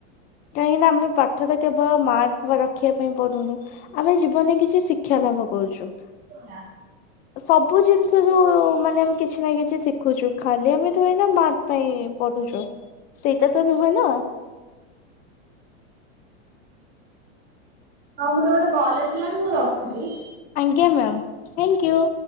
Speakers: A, on the left; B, on the right.
A: କାହିଁକି ନା ଆମେ ପାଠ ତ କେବଳ ମାର୍କ ରଖିବା ପାଇଁ ପଢ଼ୁନୁ ଆମେ ଜୀବନରେ କିଛି ଶିକ୍ଷା ଲାଭ କରୁଛୁ।
B: <unintelligible>
A: ସବୁ ଜିନିଷରୁୁ ମାନେ ଆମେ କିଛି ନା କିଛି ଶିଖୁଛୁ ଖାଲି ଆମେ ତ ଏଇନା ମାର୍ ପାଇଁ ପଢ଼ୁଛୁ ସେଇଟା ତ ନୁହେଁ ନା।
B: ହଉ ମୋର ଗୋଟେ କଲ ଆସିଲାଣି ମୁଁ ର ଖୁଛି
A: ଆଜ୍ଞା ମ୍ୟାମ୍ ଥ୍ୟାଙ୍କୟୁ।